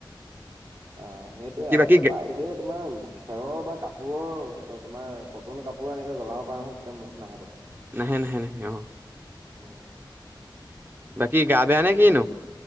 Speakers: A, on the right (about 60°); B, on the right (about 25°).
A: অ সেইটয়ে
B: কি
A: আৰু
B: বাকী
A: তাৰাপা এনেই তোমাৰ খেৰৰ বা কাপোৰৰ তোমাৰ কটন কাপোৰ এনেকে জ্বলাব পাৰা নহয় তেতিয়া মত নাহেেতক
B: ন ন ন অ
A: অ
B: বাকি গা বে নে কি ন